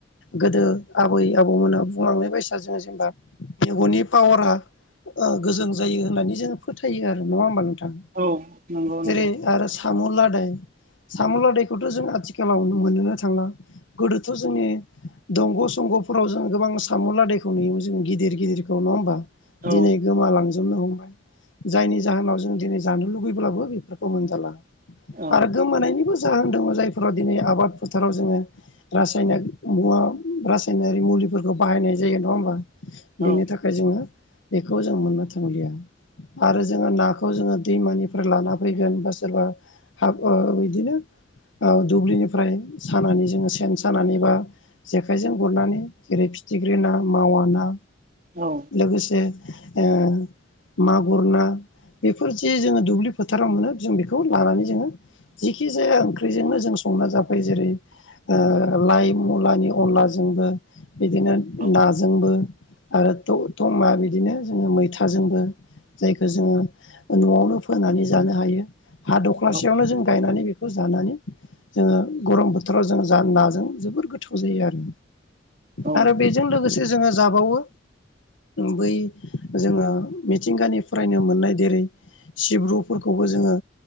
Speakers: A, on the left; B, on the right.
A: गोदो आबै आबौमोना बुंलांनाय बायसा जोङो जेनेबा मेगननि पावारा गोजों जायो होननानै जोङो फोथायो आरो नङा होमबा नों थां
B: औ नंगौ
A: जेरै
B: नंगौ
A: आरो साम' लादाय साम' लादायखौथ' जों आथिखालाव मोनोनो थांला गोदोथ' जोंनि दंग' संग' फोराव जों गोबां साम'लादायखौ नुयोमोन जों गिदिर गिदिरखौ नङा होमबा
B: औ
A: दिनै गोमालांजोबनो हमबाय जायनि जाहोनाव जों दिनै जानो लुुबैब्लाबो बेफोरखौ मोनजाला
B: औ
A: आरो गोमानायनिबो जाहोन दङ जायफोराव दिनै आबाद फोथाराव जोङो रासायनक मुवा रासायनारि मुलिफोरखौ बाहायनाय जायो नङा होमबा बिनि
B: औ
A: थाखाय जोङो बेखौ जों मोननो थांलिया आरो जोङो नाखौ जोङो दैमानिफ्राय लाना फैगोन बा सोरबा हा ओ बिदिनो ओ दुब्लिनिफ्राय सानानै जोङो सेन सानानै बा जेखाइजों गुरनानै जेरै थिग्रि ना मावा ना
B: औ
A: लोगोसे ओ मागुर ना बेफोर जे जोङो दुब्लि फोथाराव मोनो जों बेखौ लानानै जोङो जिखि जाया ओंख्रिजोंनो जों संना जाफैयो जेरै ओ लाइ मुलानि अनलाजोंबो बिदिनो नाजोंबो
B: औ
A: आरो ट ट मा बि बिदिनो जोङो मैथाजोंबो जायखौ जोङो न'आवनो फोनानै जानो हायो हा दख्लासेयावनो
B: औ
A: जों गायनानै बे खौ जानानै जोङो गरम बोथोराव जों जा नाजों जोबोर गोथाव जायो आरो
B: औ
A: आरो बेजों लोगोसे जोङो जाबावो बै जोङो मिथिंगानि फरायनो मोननाय देरै सिब्रुफोरखौबो जोङो